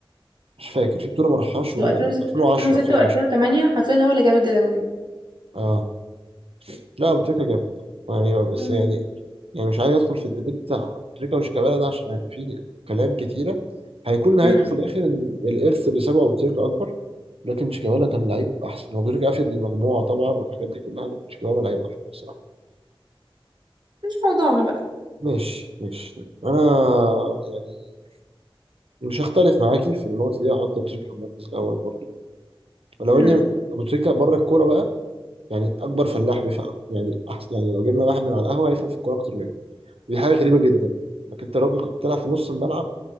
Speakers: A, on the right (about 85°); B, on the right (about 50°).
A: مش فاكر في بطوله ما راحش و
B: هو 2006
A: 2010 2010
B: و2008 حرفيا هو اللي جاب الجداوي
A: اه لا ابو تريكه جامد يعني بس
B: امم
A: يعني يعني مش عايز ادخل في الديبيت بتاع تريكه وش كابالا ده عشان يعني في كلام كتيره هيكون نهايته
B: امم
A: في الاخر ان الارث اللي سابه ابو تريكه اكبر لكن شيكابالا كان لعيب احسن هو ابو تريكه افيد للمجموعه طبعا والحاجات دي كلها لكن شيكابالا لعيب احسن بصراحه
B: مش موضوعنا بقى
A: ماشي ماشي طيب انا يعني مش هختلف معاكي في النقطة دي هحط أبو تريكة في المركز الأول برضو ولو
B: امم
A: إني أبو تريكة بره الكورة بقى يعني أكبر فلاح بيفهم يعني أحسن يعني لو جبنا واحد من على القهوة هيفهم في الكورة أكتر مني ودي حاجة غريبة جدا إنك أنت راجل كنت بتلعب في نص الملعب